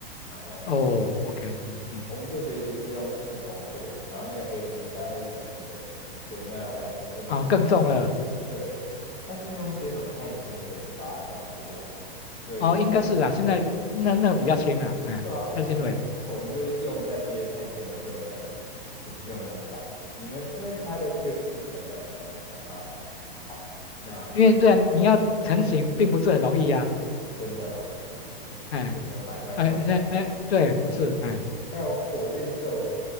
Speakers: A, on the left; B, on the left.
A: 然后
B: 哦，OK，嗯嗯，
A: 我们这学期是用木头做的，然后那个飞机应该会十几公斤，所以那完全不能。
B: 哦，更重了，
A: 对，它是用一些什么碳纤维去把它弄出来的，所以
B: 哦，应该是啊，现在那那个比较轻啊，
A: <laughs>
B: 哎，
A: 对啊，
B: 碳纤维。
A: 我们我们就用那些碳纤维用的很，就是用的很烦，就因为因为它的那个制成蛮蛮蛮麻烦的好，那
B: 因为这样你要成型并不是很容易呀、
A: 真的 <laughs>
B: 哎
A: 真的蛮蛮痛。
B: 哎哎哎对是哎
A: 还有火箭射，我